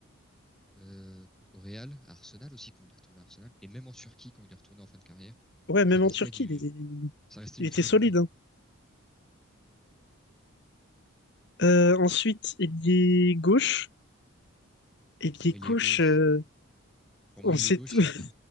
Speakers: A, in the centre; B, on the left (about 55°).
A: euh, au Real, à Arsenal aussi quand il est retourné à Arsenal, et même en Turquie quand il est retourné en fin de carrière,
B: Ouais,
A: ça
B: même
A: restait
B: en Turquie,
A: du,
B: il était,
A: ça restait
B: il
A: du
B: était
A: très
B: solide.
A: bon niveau.
B: hein. Euh, ensuite, ailier gauche. Ailier
A: Bon, il
B: gauche,
A: est gauche,
B: euh,
A: Pour
B: on
A: moi, ailier
B: sait
A: gauche,
B: tout. <laughs>
A: il n'y a pas,